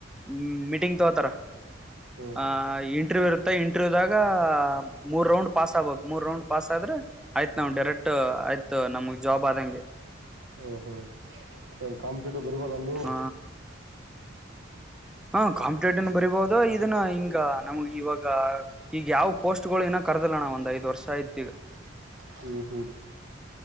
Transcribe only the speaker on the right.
ಹ್ಮ್
ಹ್ಮ್ ಹ್ಮ್ ಏನ್ ಕಾಂಪಿಟೇಟಿವ್ ಬರ್ಬೋದೇನ್ ನೀವು?
ಹ್ಮ್ ಹ್ಮ್